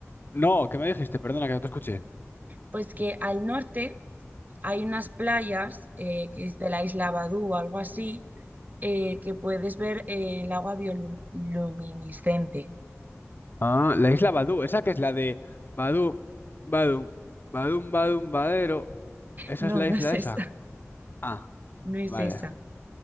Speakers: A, on the left (about 45°); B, on the right (about 35°).
A: No, ¿qué me dijiste? Perdona que no te escuché.
B: Pues que al norte... hay unas playas eh, que es de la isla Badú o algo así, eh, que puedes ver eh, el agua bioluminiscente.
A: Ah, la isla Badú, esa que es la de Badú, Badum, Badum, Badum, Badero. Esa
B: No,
A: es la
B: no
A: isla
B: es esa,
A: esa. Ah.
B: no es
A: Vale,
B: esa.